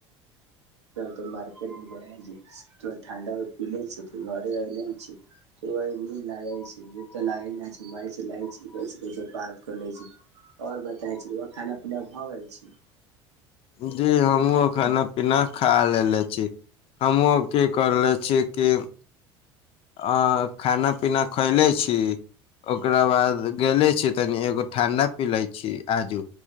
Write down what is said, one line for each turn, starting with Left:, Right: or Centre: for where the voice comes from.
Right: टर मार्केट में ठा पे छ त घरे एऐले छी न लागेूप त लागे छै। घुमैछै ल छै बात कर लै छै ओर बताउ, खाना-पीना भऽ गेल?
Left: जी हमहूँ खाना पीना खा लेले छी हमहहुँ की करले छीय कि। <unintelligible> आ खाना पीना खा लेलहुँ? ओकरा बाद गेले छी तनी एगो ठण्डा पी ले छी आजू